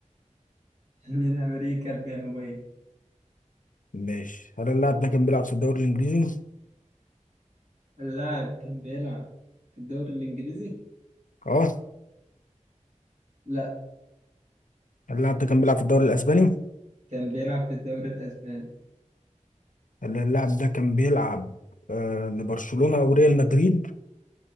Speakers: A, on the right; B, on the left.
A: <laughs> من امريكا الجنوبيه
B: ماشي هل اللاعب ده كان بيلعب في الدوري الانجليزي
A: اللاعب كان بيلعب في الدوري الإنجليزي
B: اه
A: لا
B: هل اللاعب ده كان بيلعب في الدوري الاسباني
A: كان بيلعب في الدوري الأسباني
B: هل اللاعب ده كان بيلعب آه لبرشلونه او ريال مدريد